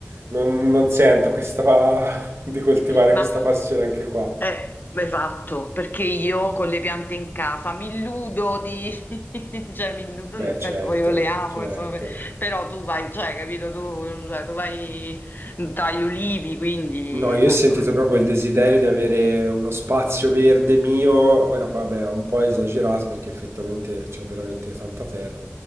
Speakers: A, on the right; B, on the left.
A: non, non sento questa, <laughs> di coltivare
B: ma...
A: questa passione anche qua.
B: Eh, esatto, perché io con le piante in casa mi illudo di... <laughs> cioè mi illudo,
A: Beh,
B: nel
A: certo,
B: senso poi io le amo,
A: certo.
B: insomma, però tu vai, cioè, capito, tu, cioè, tu vai dagli ulivi, quindi...
A: No, io
B: Cioè.
A: ho sentito proprio il desiderio di avere uno spazio verde mio. Ora, poi, vabbè, ho un po' esagerato perché effettivamente c'ho veramente tanta terra,